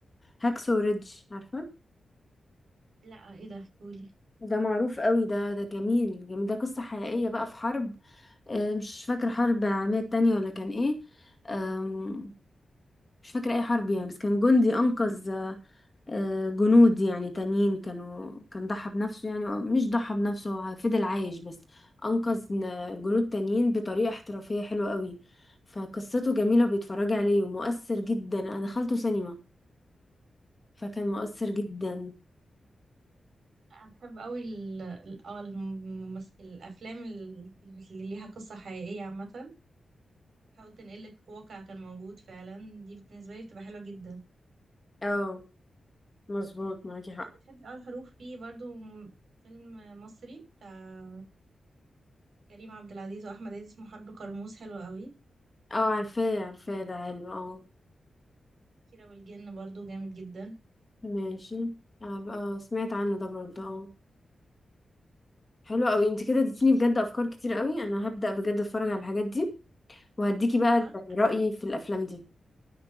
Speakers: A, on the left; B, on the right.
A: هاكسو ريدج عارفة
B: لا ايه ده قولي
A: ده معروف قوي ده ده جميل جميل ده قصة حقيقية بقى في حرب آه، مش فاكرة حرب العالمية التانية ولا كان ايه آم، مش فاكرة اي حرب يعني بس كان جندي انقذ آه، جنود يعني تانيين كانوا كان ضحى بنفسه يعني مش ضحى بنفسه هو فضل عايش بس أنقذ ن- جنود تانيين بطريقة احترافية حلوة قوي فقصته جميلة بيتفرج عليه ومؤثر جدا أنا دخلته سينما فكان مؤثر جدا
B: انا بحب قوي ال ال- اه الممثل الافلام اللي اللي ليها قصه حقيقيه عامه حاول تنقلك واقع كان موجود فعلا دي بالنسبة لي بتبقى حلوة جدا
A: اه مظبوط معاكي حق
B: لو بتحبي اه الحروف في برضو م- فيلم مصري بتاع كريم عبد العزيز وأحمد عز اسمه حرب كرموز حلو قوي
A: اه عارفاه عارفاه ده حلو اه
B: كيرة والجن برضو جامد جدا
A: ماشي عارف- اه سمعت عنه ده برضه اه حلو قوي انت كده
B: خلاص
A: اديتيني بجد افكار كتير قوي انا هبدأ بجد اتفرج على الحاجات دي وهديكي بقى
B: أيوة
A: رأيي في الافلام دي